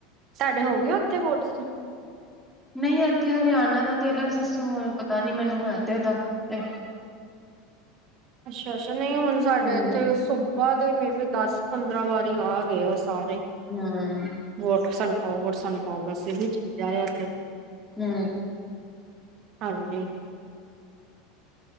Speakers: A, on the right; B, in the centre.
A: ਸਾ ਡੇ ਹੋ ਗਏ ਓਥੇ ਫੋਰਟਸ?
B: ਨਈ ਏੱਥੇ ਹਰਯਾਣਾ ਦਾ ਤੇ ਅਲੱਗ ਸਿਸਟਮ ਹੋਨੈ, ਪਤਾ ਨੀ ਮੈਨੂੰ ਐਤੇ ਦਾ ਤੇ।
A: ਅੱਸ਼ਾ-ਅੱਸ਼ਾ ਨਈ ਹੁਨ ਸਾਡੇ
B: ਹਮ
A: ਏੱਥੋਂ ਸਬ ਯਾ ਤੇ ਮੇਬੀ ਦਸ ਪੰਦਰਾਂ ਵਾਰੀ ਆ ਗੇ ਆ ਸਾਰੇ।
B: ਹੂੰ।
A: ਵੋਟ ਸਾਨੂ ਪਾਓ, ਵੋਟ ਸਾਨ ਪਾਓ ਬਸ ਏਹੋ ਈ ਚੀਜਾ ਐ ਐੱਥੇ।
B: ਹੂੰ।
A: ਹਾਂਜੀ।